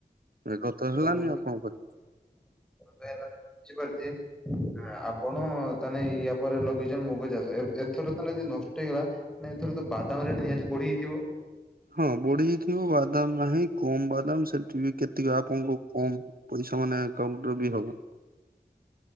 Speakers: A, on the right (about 60°); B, in the centre.
A: ମେଘ ତ
B: ଆଚ୍ଛା
A: ହେଲାନି ଆଉ କଣ କରିବା?
B: ହେଲାନି ମୁଁ ବୁଝି ପାରୁଚି। ଆପଣ ତାହେନେ ଇୟା ପରେ ଲଗେଇଚନ୍ତି ମୁଗ ଚାଷ ଏ-ଏଥର ତାହେଲେ ଯଦି ନଷ୍ଟ ହେଇଗଲା ନାଇଁ ଏଥର ତ ବାଦାମ ରେଟ୍ ନିହାତି ବଢିଯାଇଥିବ?
A: ହଁ ବଢିଯାଇଥିବ ବାଦାମ୍ ନାହିଁ କମ ବାଦାମ୍ ସେଠି ବି କେତିକ ଆପଣଙ୍କୁ କମ୍ ପଇସା ମାନେ ଏକାଉଣ୍ଟରେ ବି ହବନି।